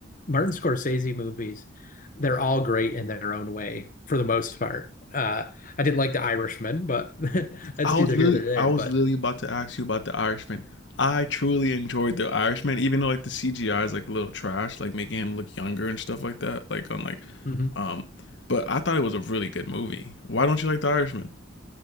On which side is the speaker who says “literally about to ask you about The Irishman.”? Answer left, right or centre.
Left